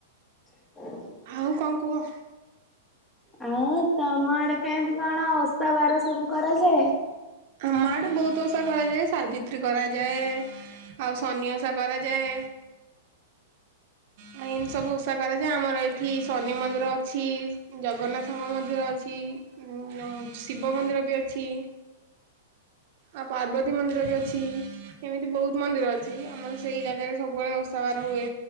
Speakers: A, on the left (about 15°); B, on the right (about 55°).
A: <inaudible>
B: ଆଉ କଣ କୁହ।
A: ଆଉ ତମ ଆଡେ କେମିତି କଣ ଓଷା ବାର ସବୁ କରାଯାଏ।
B: ଆମ ଆଡେ ବହୁତ ଓଷା କରାଯାଏ ସାବିତ୍ରୀ। ସାବିତ୍ରୀ କରାଯାଏ ଆଉ ଶନି ଓଷା କରାଯାଏ। ଯାଏ ଏମିତି ସବୁ ଓଷା କରାଯାଏ ଆମର ଏଠି ଶନି ମନ୍ଦିର ଅଛି ଜଗନ୍ନାଥଙ୍କ ମନ୍ଦିର ଅଛି ଆଉ ଶିବ ମନ୍ଦିର ବି ଅଛି। ଆଉ ପାର୍ବତୀ ମନ୍ଦିର ବି ଅଛି ଏମିତି ବହୁତ ପାର୍ବତୀ ମନ୍ଦିର ବି ଅଛି ଏମିତି ବହୁତ୍ ମନ୍ଦିର ଅଛି ଆମର ସେଇ ଜାଗାରେ ସବୁବେଳେ ଓଷାବାର ହୁଏ